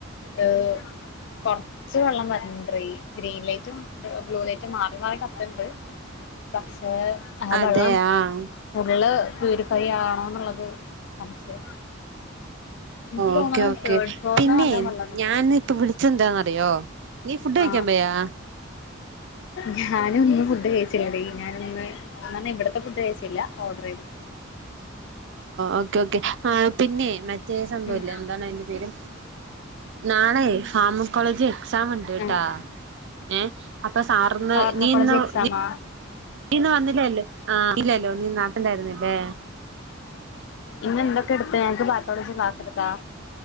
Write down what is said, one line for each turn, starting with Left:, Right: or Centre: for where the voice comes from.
Left: ഏ കൊറച്ച് വെള്ളം വരുന്നുണ്ട് ഗ്രീൻ ലൈറ്റും ബ്ലൂ ലൈറ്റും മാറി മാറി കത്തിണ്ട് പക്ഷെ ആ
Right: അതെ
Left: വെള്ളം
Right: ആഹ്
Left: ഫുള്ള് പ്യൂരിഫൈ ആണോ എന്നുള്ളത് സംശയം എനിക്ക് തോന്നണ്
Right: ഓക്കെ ഓക്കെ
Left: തേർഡ് ഫ്ലോറില്
Right: പിന്നെ
Left: നല്ലോമ് വെള്ളൊണ്ടന്ന്
Right: ഞാനിപ്പ
Left: തോന്ന
Right: വിളിച്ചെന്താന്നറിയോ നീ ഫുഡ് കഴിക്കാൻ
Left: ആ
Right: പോയാ
Left: ഞാൻ ഞാൻ ഇന്നും ഫുഡ് കഴിച്ചില്ലടി ഞാനിന്ന് ഇവിടത്തെ ഫുഡ് കഴിച്ചില്ലാ ഓർഡർ ചെയ്തു
Right: ഓക്കെ ഓക്കെ ആ പിന്നെയെ ഫീസൊന്നുമില്ല
Left: ഉം
Right: എന്താണ് അതിന്റെ പേര് നാളെയെ ഫാർമക്കോളജിൽ എക്സാം ഉണ്ടട്ടാ
Left: ആഹ്
Right: ഏ അപ്പൊ സാറിന്ന്
Left: ഫാർമക്കോളജി
Right: നീയിന്ന്
Left: എക്സാമാ
Right: നി നീയിന്ന് വന്നില്ലല്ലോ ആ ഇല്ലല്ലോ നീ നാട്ടിലായിരുന്നല്ലേ
Left: ഇന്നെന്തൊക്കെയെടുത്തെ നമ്മുക്ക് പാത്തോളജി ക്ലാസ് എടുത്ത